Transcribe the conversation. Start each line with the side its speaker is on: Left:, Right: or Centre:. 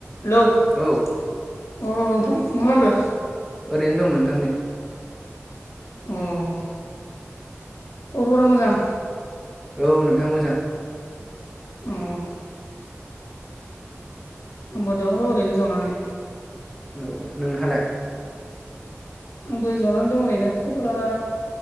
Left: Hello अ
Centre: औ
Left: नोंथां मा खालामदों
Centre: ओरैनो दं नोंथां नै
Left: ऐ ख'ब'रफोरा मोजां
Centre: औ नोंथां मोजां
Left: अम आंबो दं र' ओरैनो जनानै
Centre: औ नोंहालाय
Left: आंबो ज'नानै दं ओरैनो खबरा